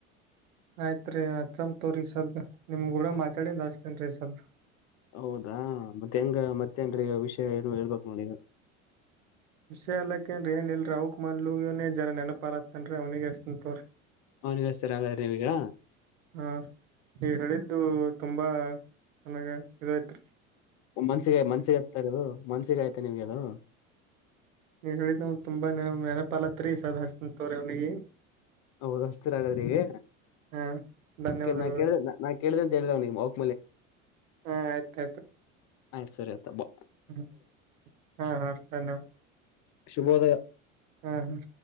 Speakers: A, on the right; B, on the left.
A: ಆಯ್ತ್ ರೀ ಅ ಚಮ ತೋರಿ ಸದ ನಿಮ್ ಗೂಡ ಮಾತಾಡನ್ ಆಸ್ತೇನ್ ರೀ ಸದ್
B: ಹೌದಾ ಮತ್ತೆ ಹೆಂಗ ಮತ್ತೇನ್ರಿ ವಿಷಯ ಏನು ಹೇಳ್ಬೇಕ ನೋಡಿ
A: ವಿಷಯ ಅಲ್ಲಾೇನ್ ಏನ ಇಲ್ರಿ ಅವ್ಕ ಮಲ್ಲ ಜರ ನೆನಪರ ಅಂದ್ರೆ ಅವನಿಗೆ ಎಷ್ಟುಂತವ್ರ
B: ಅವ್ನಿಗೆ ಹಚ್ತೀರ ಹಾಗಾದ್ರೆ ನೀವೀಗ
A: ಹಾ ನೀ ಹೇಳಿದ್ದು ತುಂಬಾ ನನಾಗ ಇದೈತ್ರಿ
B: ಮನ್ಸಿಗೆ ಮನ್ಸಿಗೆತ ಅದು ಮನ್ಸಿಗಾಯಯತೆ ನಿಮ್ಗೆ ಅದು
A: ನೀ ಹೇಳಿದ ನಮ ತುಂಬಾ ನೆನಪಲತ್ರಿ ಸದಸ್ಂತವ್ರ ಅವ್ನಿಗೆ
B: ಹೌದ ಹಸ್ತಿರ್ ಆಗದ್ರ ಈಗ
A: ಹಾ ಧನ್ಯವಾದಗಳು
B: ನಾ ಕೇಳ ನಾ ಕೇಳ <unintelligible>
A: ಹಾ ಆಯ್ತ ಆಯ್ತು
B: ಆಯ್ತ ಸರಿ ಆಯ್ತಾ ಬ
A: ಹ ಹಾ ಹಾ ಧನ್ಯವಾದ
B: ಶುಭೋದಯ
A: ಹ್ಮ್ ಹ್ಮ